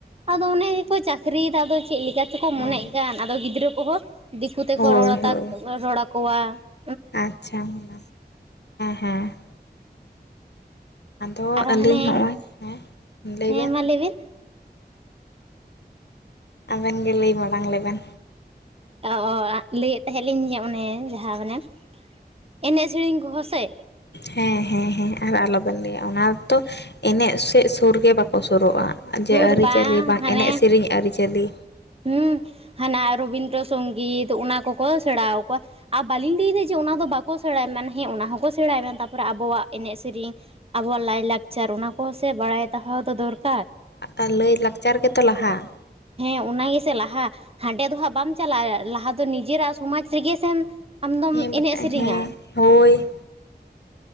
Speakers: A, on the right; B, on the left.
A: ᱟᱫᱚ ᱚᱱᱮ ᱜᱮᱠᱚ ᱪᱟᱹᱠᱨᱤᱭᱮᱫᱟ ᱟᱫᱚ ᱪᱮᱫ ᱞᱮᱠᱟ ᱛᱮᱠᱚ
B: ᱦᱮᱸ
A: ᱢᱚᱱᱮᱜ ᱠᱟᱱ ᱟᱫᱚ ᱜᱤᱫᱽᱨᱟᱹ ᱠᱚᱦᱚᱸ ᱫᱤᱠᱩ ᱛᱮᱠᱚ
B: ᱦᱳᱭ
A: ᱨᱚᱲ
B: ᱦᱳᱭ
A: ᱨᱚᱲ ᱟᱠᱚᱣᱟ ᱾
B: ᱟᱪᱪᱷᱟ ᱦᱮᱸ ᱦᱮᱸ ᱾ ᱟᱫᱚ
A: ᱟᱨᱚ
B: ᱟᱹᱞᱤᱧ
A: ᱦᱟᱱᱮ
B: ᱦᱚᱜᱼᱚᱭ ᱦᱮᱸ ᱞᱟᱹᱭ
A: ᱦᱮᱸ
B: ᱵᱮᱱ
A: ᱢᱟ ᱵᱤᱱ
B: ᱟᱵᱮᱱ ᱜᱮ ᱞᱟᱹᱭ ᱢᱟᱲᱟᱝ ᱞᱮᱵᱮᱱ,
A: ᱚ ᱚ ᱞᱟᱹᱭᱮᱫ ᱛᱟᱦᱮᱸᱫ ᱞᱤᱧ ᱡᱮ ᱚᱱᱮ ᱡᱟᱦᱟᱸ ᱢᱟᱱᱮ ᱮᱱᱮᱡ ᱥᱮᱨᱮᱧ ᱠᱚᱦᱚᱸ ᱥᱮ
B: ᱦᱮᱸ ᱦᱮᱸ ᱦᱮᱸ ᱟᱨ ᱟᱞᱚᱵᱮᱱ ᱞᱟᱹᱭᱟ ᱚᱱᱟ ᱛᱚ ᱮᱱᱮᱜ ᱥᱮᱜ ᱥᱩᱨ ᱜᱮ ᱵᱟᱠᱚ ᱥᱳᱨᱳᱜᱼᱟ ᱡᱮ
A: ᱥᱩᱨ
B: ᱟᱹᱨᱤᱪᱟᱹᱞᱤ ᱵᱟᱝ
A: ᱦᱟᱱᱮ
B: ᱮᱱᱮᱡ ᱥᱮᱨᱮᱧ ᱟᱹᱨᱤᱪᱟᱹᱞᱤ
A: ᱦᱩᱸ ᱦᱟᱱᱟ ᱨᱚᱵᱤᱱᱫᱨᱚ ᱥᱚᱝᱜᱤᱛ ᱚᱱᱟ ᱠᱚᱠᱚ ᱥᱮᱬᱟᱣ ᱟᱠᱚᱣᱟ ᱾ ᱟ ᱵᱟᱹᱞᱤᱧ ᱞᱟᱹᱭᱫᱟ ᱡᱮ ᱚᱱᱟ ᱫᱚ ᱵᱟᱠᱚ ᱥᱮᱬᱟᱭ ᱢᱟᱱᱮ ᱦᱮᱸ ᱚᱱᱟ ᱦᱚᱸᱠᱚ ᱥᱮᱬᱟᱭ ᱢᱟ ᱛᱟᱨᱯᱚᱨᱮ ᱟᱵᱚᱣᱟᱜ ᱮᱱᱮᱡ ᱤᱮᱨᱤᱧ ᱟᱵᱚᱣᱟᱜ ᱞᱟᱭᱞᱟᱠᱪᱟᱨ ᱚᱱᱟ ᱠᱚᱦᱚᱸ ᱥᱮ ᱵᱟᱲᱟᱭ ᱫᱚᱦᱚ ᱫᱚ ᱫᱚᱨᱠᱟᱨ ᱾
B: ᱟᱨ ᱞᱟᱹᱭ ᱞᱟᱠᱪᱟᱨ ᱜᱮᱛᱚ ᱞᱟᱦᱟ ᱾
A: ᱦᱮᱸ ᱚᱱᱟ ᱜᱮᱥᱮ ᱞᱟᱦᱟ ᱦᱟᱸᱰᱮ ᱫᱚ ᱦᱟᱸᱜ ᱵᱟᱢ ᱪᱟᱞᱟᱜᱼᱟ ᱞᱟᱦᱟ ᱫᱚ ᱱᱤᱡᱮᱨᱟᱜ ᱥᱚᱢᱟᱡᱽ ᱨᱮᱜᱮ ᱥᱮᱢ ᱟᱢᱫᱚᱢ
B: ᱦᱮᱸ ᱵᱟᱠᱷᱟᱡ
A: ᱮᱱᱮᱡ ᱥᱮᱨᱮᱧᱟ
B: ᱦᱮᱸ
A: ᱾
B: ᱦᱳᱭ